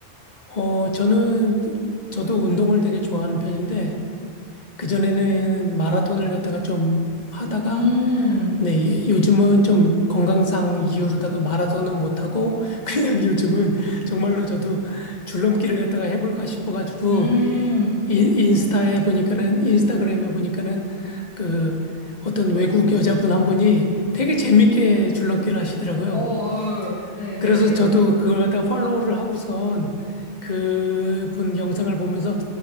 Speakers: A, on the left; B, on the left.
A: 어, 저는, 저도 운동을 되게 좋아하는 편인데, 그전에는 마라톤을 갖다가 좀 하다가,
B: 음,
A: 네, 요즘은 좀 건강상 이유로다가 마라톤은 못하고, 그냥 <laughs> 요즘은 정말로 저도 줄넘기를 갖다가 해볼까 싶어가지고,
B: 음,
A: 인, 인스타에 보니까는, 인스타그램에 보니까는, 그, 어떤 외국 여자분 한 분이 되게 재밌게 줄넘기를 하시더라고요.
B: 어, 어, 네네네.
A: 그래서 저도 그걸 갖다가 팔로우를 하고선 그분 영상을 보면서